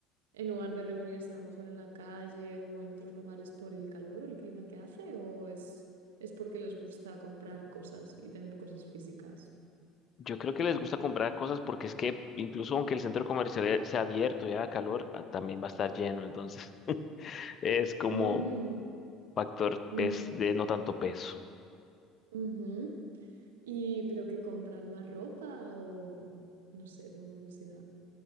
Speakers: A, on the right; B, on the left.
A: en lugar de reunirse a lo mejor en la calle o en otros lugares por el calor o el clima que hace, o es, es porque les gusta comprar cosas y tener cosas físicas.
B: Yo creo que les gusta comprar cosas porque es que incluso aunque el centro comercial e- sea abierto y haga calor, ah, también va a estar lleno. Entonces <laughs> es como
A: Mm,
B: factor
A: ujú,
B: pes- de no tanto peso.
A: ujú. Y, pero que compran más ropa o no sé, tengo curiosidad.